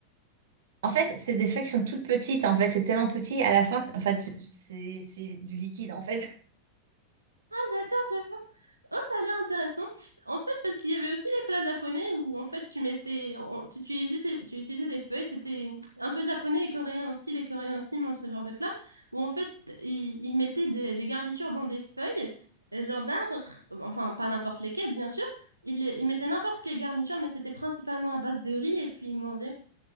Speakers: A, on the right (about 60°); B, on the right (about 85°).
A: En fait, c'est des feuilles qui sont toutes petites. En fait, c'est tellement petit. À la fin, c'est- en fait, c'est c'est du liquide. En fait, <laughs>
B: Ah d'accord, je vois. Oh, ça a l'air intéressant. En fait, parce qu'il y avait aussi les plats japonais où en fait tu mettais, on- tu utilisais, tu utilisais des feuilles. C'était un peu japonais et coréen aussi. Les Coréens aussi mangent ce genre de plat où en fait ils, ils mettaient des, des garnitures dans des feuilles, euh, genre d'arbres. Enfin, pas n'importe lesquelles, bien sûr. Ils, ils mettaient n'importe quelle garniture, mais c'était principalement à base de riz et puis ils mangeaient.